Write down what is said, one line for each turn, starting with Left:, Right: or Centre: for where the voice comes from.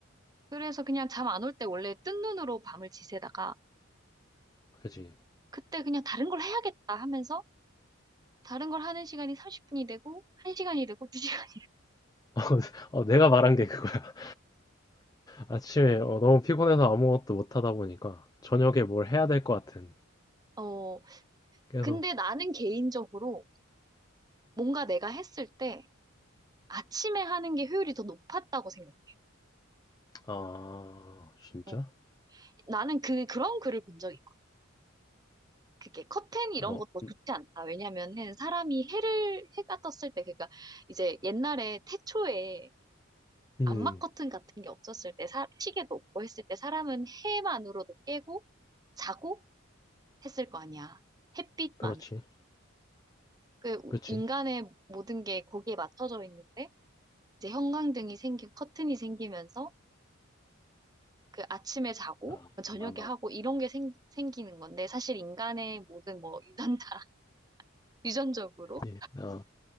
Right: 그래서 그냥 잠 안 올 때 원래 뜬 눈으로 밤을 지새다가,
Left: 그지.
Right: 그때 그냥 다른 걸 해야겠다 하면서, 다른 걸 하는 시간이 30분이 되고, 1시간이 되고, 2시간이
Left: <laughs> 어, 내가 말한 게 그거야. <laughs> 아침에 어, 너무 피곤해서 아무것도 못 하다 보니까 저녁에 뭘 해야 될 것 같은.
Right: 어,
Left: 계속,
Right: 근데 나는 개인적으로 뭔가 내가 했을 때 아침에 하는 게 효율이 더 높았다고 생각해.
Left: 아, 진짜?
Right: 어, 나는 그, 그런 글을 본 적이 있고. 그게 커튼 이런
Left: 어,
Right: 것도
Left: 음,
Right: 좋지 않다. 왜냐면은 사람이 해를, 해가 떴을 때, 그러니까 이제 옛날에 태초에
Left: 음,
Right: 암막 커튼 같은 게 없었을 때, 사, 시계도 없고 했을 때 사람은 해만으로도 깨고 자고 했을 거 아니야. 햇빛만.
Left: 그렇지.
Right: 그
Left: 그치.
Right: 인간의 모든 게 거기에 맞춰져 있는데, 이제 형광등이 생기고 커튼이 생기면서 그 아침에 자고
Left: 아,
Right: 저녁에
Left: 아,
Right: 하고 이런 게 생, 생기는 건데 사실 인간의 모든 뭐 유전자 <laughs> 유전적으로
Left: 예, 아,